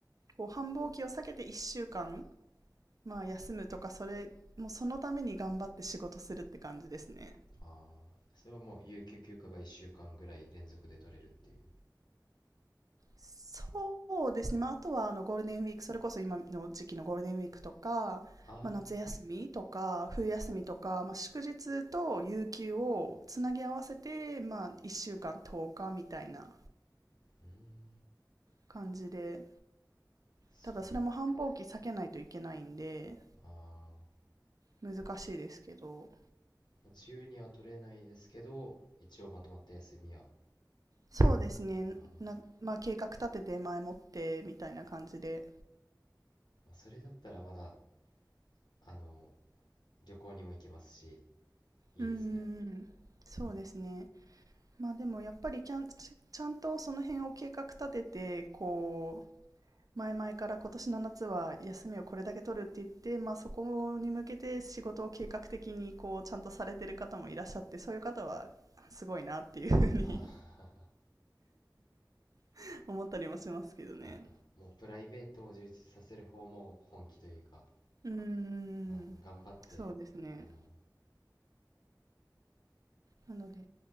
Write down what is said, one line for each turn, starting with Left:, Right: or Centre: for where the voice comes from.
Right: こう、繁忙期を避けて1週間、まあ、休むとか、それ、もうそのために頑張って仕事するって感じですね。
Left: ああ、それはもう、有給休暇が1週間ぐらい連続で取れるっていう。
Right: そうですね、まあ、あとはあのゴールデンウィーク、それこそ今の時期のゴールデンウィークとか、
Left: ああ、
Right: まあ、夏休みとか、冬休みとか、まあ、祝日と有給をつなぎ合わせて、まあ、1週間10日みたいな
Left: うーん、
Right: 感じで、
Left: そうな。
Right: ただそれも繁忙期避けないといけないんで、
Left: あー
Right: 難しいですけど、
Left: まあ、自由には取れないですけど、一応まとまった休みは。
Right: そうですね、
Left: あー、
Right: な、まあ、計画立てて前もってみたいな感じで、
Left: まあ、それだったらまだ、あの、旅行にも行けますし、いいですね。
Right: うーん、そうですね。まあでもやっぱりちゃんちちゃんとその辺を計画立ててこう前々から今年の夏は休みをこれだけ取るって言って、まあ、そこに向けて仕事を計画的にこうちゃんとされてる方もいらっしゃってそういう方はすごいなっていうふうに
Left: あ
Right: <laughs> 思ったりもしますけどね。
Left: ー <laughs> あー、もうプライベートを充実させる方も本気というか、
Right: うーん
Left: あー頑張って、
Right: そうですね
Left: あ
Right: なので